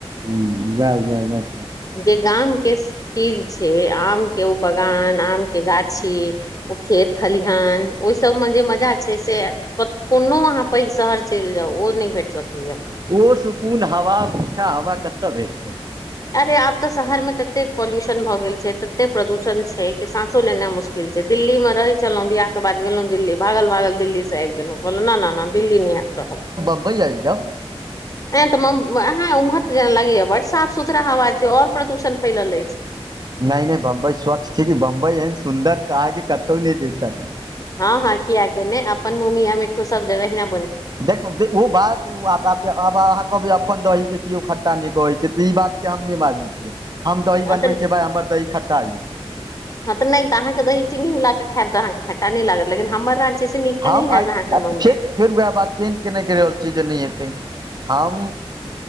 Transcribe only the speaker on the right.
ह वेह-वेह -वेह
ओ सुकून हवा मीठा हवा कतय भेटत
वहि आयबजाउ।
नहि नहि बम्बई स्वच्छ छैय कि बम्बई एहन सुन्दर अहाके कतहु नहि भेटत।
देखु ओ बात ओ वापस आब अहाँ कहबै अपन दहीे केओ खट्टा नहि कहै छैय तऽ ई बात के हम नहि बाजै छि हम दही
बनबै
छियै भाइ हमर दही खट्टा छै
हम
आइ
फेर फेर वएह बात चेन्नज केने कहि रहल छी जे नहि हेतै। हम